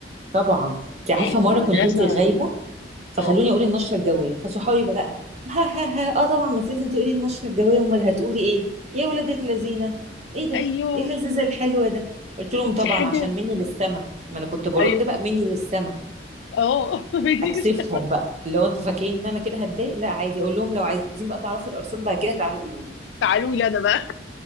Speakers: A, on the right (about 40°); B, on the left (about 80°).
A: طبعا انت عارفه
B: آه، في
A: مره
B: المدرسه
A: كنت انت غايبه فخلوني
B: اه
A: اقول النشره الجويه فصحابي بقى ها ها ها اه طبعا ما انت لازم تقولي النشره الجويه امال هتقولي ايه يا ولاد الذين ايه ده
B: ايوه
A: ايه اللذيذه الحلوه ده قلت لهم
B: دي
A: طبعا
B: حاجة
A: عشان مني للسما ما انا كنت برد
B: ايوه
A: بقى مني للسما
B: اه <laughs> دي
A: اكسفهم
B: مش-
A: بقى اللي هو انتوا فاكرين ان انا كده هتضايق لا عادي اقول لهم لو عايزين بقى تعرفوا الارصاد بعد كده تعالوا قولوا لي
B: تعالوا لي انا بقى